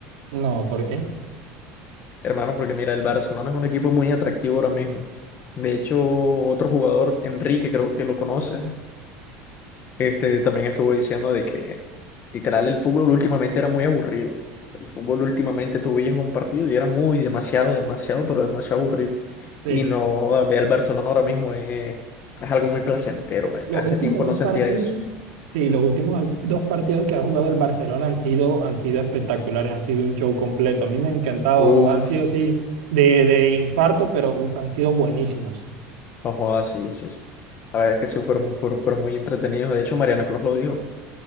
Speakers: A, on the right; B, on the left.
A: No, ¿por qué?
B: Hermano, porque mira, el Barcelona es un equipo muy atractivo ahora mismo. De hecho, otro jugador, Enrique, creo que lo conoce, Este también estuvo diciendo de que literal el fútbol últimamente era muy aburrido. El fútbol últimamente tú veías un partido y era muy demasiado, demasiado, pero demasiado aburrido.
A: Sí.
B: Y no, joda, ve al Barcelona ahora mismo es es algo muy placentero, marica.
A: Los
B: Hace
A: últimos
B: tiempo
A: dos
B: no sentía
A: partidos,
B: eso.
A: sí, los últimos al- dos partidos que ha jugado el Barcelona han sido, han sido espectaculares, han sido un show completo. A mí me ha encantado,
B: Uf,
A: han sido así de, de infarto, pero uf, han sido buenísimos.
B: no jodas, sí, sí. sí. La verdad es que sí fueron, fueron, fueron muy entretenidos. De hecho, Mariano Clos lo dijo.